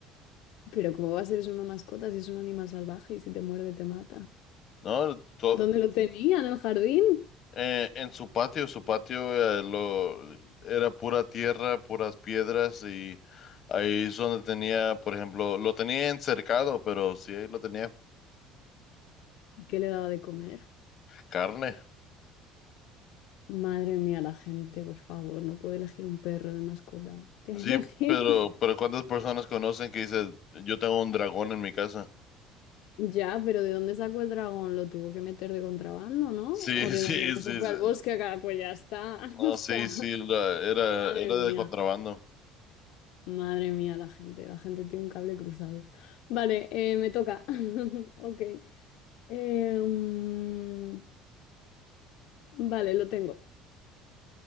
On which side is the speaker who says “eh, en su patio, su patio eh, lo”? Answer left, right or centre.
Left